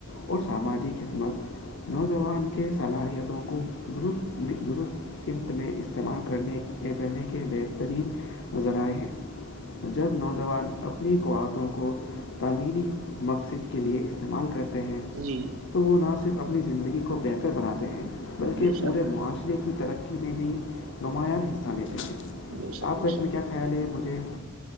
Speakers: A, on the left; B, on the right.
A: اور ساماجی خدمت نوجوان کے صلاحیتوں کو درست درست قمت میں استعمال کرنے کرنے کے بہترین نظرائع ہیں جب نوجوان اپنی قتوں کو تعمیری مقصد کے لیے استعمال کرتے ہیں
B: جی جی
A: تو وہ نہ صرف اپنی زندگی کو بہتر بناتے ہیں بلکہ
B: بے شک
A: پورے معاشرے کی ترقی میں بھی نماں حصہ لیتے ہیں
B: بے شک
A: آپ
B: بے
A: کو اس
B: شک
A: میں کیا کر خیال ہے مجھے